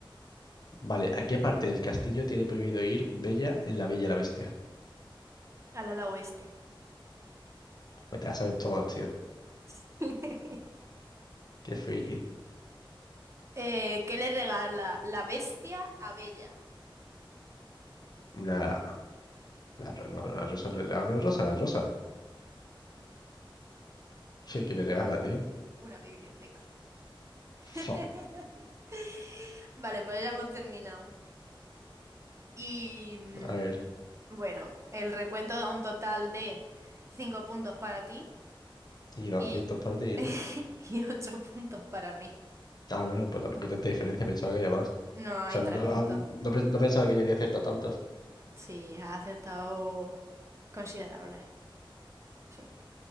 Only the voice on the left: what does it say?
Vale, ¿a qué parte del castillo tiene prohibido ir Bella en La Bella y la Bestia?
Pues te la sabes todo, tío.
Qué friki.
Una... La, ro- no, la rosa, le regala una rosa, la rosa. <laughs>
¿Qué, qué le regala, tío?
Fo.
A ver,
y 200
para ti,
¿no?
Ah, bueno, pues tampoco hay tanta diferencia, pensaba que había más. O
sea,
no,
ah, no, pe- no pensaba que yo había acertado tantas.